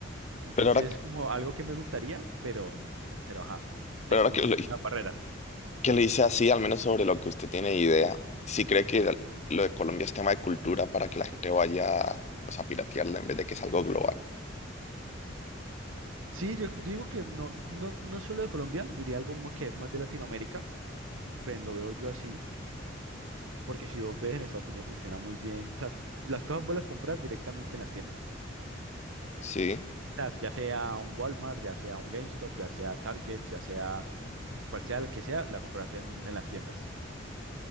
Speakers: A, on the right; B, on the left.
A: Entonces,
B: Pero ahora,
A: como algo que me gustaría, pero, pero ajá, tengo
B: pero ahora
A: un-
B: que, lo,
A: una barrera.
B: que le hice así, al menos sobre lo que usted tiene idea, sí cree que el- lo de Colombia es tema de cultura para que la gente vaya pues, a piratearla en vez de que es algo global.
A: Sí, yo digo que no, no, no solo de Colombia, diría algo mo- que es más de Latinoamérica, pues lo veo yo así, porque si vos ves en Estados Unidos funciona muy bien, o sea, las cosas vos las compras directamente en las tiendas.
B: Sí.
A: O sea, Ya sea un Walmart, ya sea un GameStop, ya sea Target, ya sea cual sea el que sea, la compras en, en las tiendas.